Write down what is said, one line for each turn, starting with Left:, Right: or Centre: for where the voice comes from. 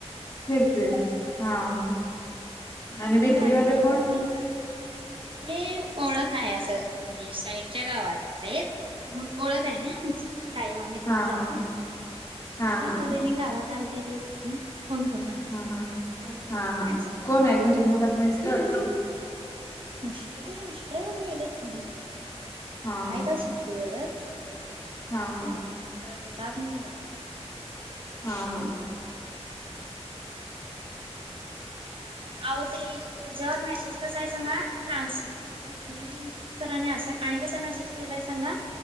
Left: फिरते हा हा.
Right: मग
Left: आणि
Right: त्यांनी
Left: बेकरी
Right: आलं
Left: वालेपण
Right: की येत्यात ते ओळख आहे असं म्हणजे साईडच्या गावचे मग ओळख आहे ना आमची कायम आम्ही तिथं
Left: हा
Right: जातोय.
Left: हा हा
Right: मग ते
Left: हा
Right: आता त्यानी गावात आल त ते तिने फोन करून आले.
Left: हा हा हा हा
Right: असं
Left: कोण आहे घरी मग आता मिस्टर
Right: मिस्टर नाही मिस्टर कुठे गेलेत आहेत
Left: हा
Right: आज सुट्टीवरच.
Left: हा हा.
Right: खरं घरात नाहीत बघा
Left: हा हा.
Right: आहो ते जर नाही पुसायचना ते ट्रान्स. स्वप्नील सरांने असा आणि कसा मेसेज केलाय सांगा.